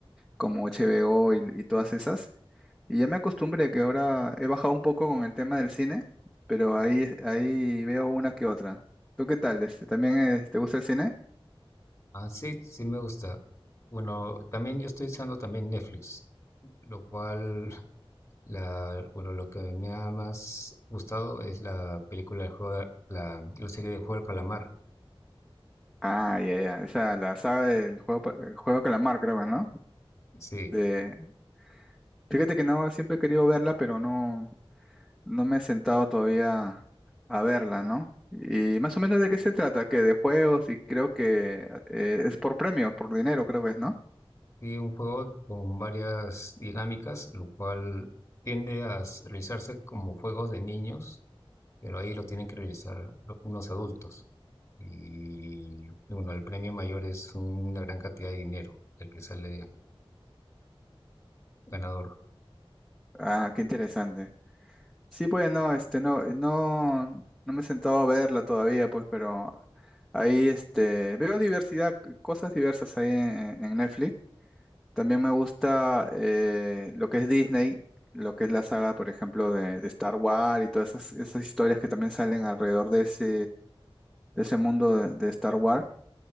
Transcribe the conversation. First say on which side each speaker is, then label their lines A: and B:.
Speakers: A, in the centre; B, on the left.
A: como HBO y, y todas esas. Y ya me acostumbré que ahora he bajado un poco con el tema del cine, pero ahí, ahí veo una que otra. ¿Tú qué tal? Este, ¿también eh, te gusta el cine?
B: Ah, sí, sí me gusta. Bueno, también yo estoy usando también Netflix, lo cual, la, bueno, lo que me ha más gustado es la película de juego, la, la serie de Juego del Calamar.
A: Ah, ya, ya. Esa, la saga del juego, pa- el juego Calamar, creo, ¿no?
B: Sí,
A: De- fíjate que no, siempre he querido verla, pero no, no me he sentado todavía a verla, ¿no? Y más o menos de qué se trata, que de juegos y creo que eh, es por premios, por dinero, creo que es, ¿no?
B: Sí, un juego con varias dinámicas, lo cual tiende a s- realizarse como juegos de niños, pero ahí lo tienen que realizar lo- unos adultos. Y bueno, el premio mayor es una gran cantidad de dinero, el que sale ganador.
A: Ah, qué interesante. Sí, pues no, este, no, no, no me he sentado a verla todavía, pues, pero ahí, este, veo diversidad, cosas diversas ahí en, en Netflix. También me gusta eh, lo que es Disney, lo que es la saga, por ejemplo, de, de Star Wars y todas esas, esas historias que también salen alrededor de ese, de ese mundo de, de Star Wars.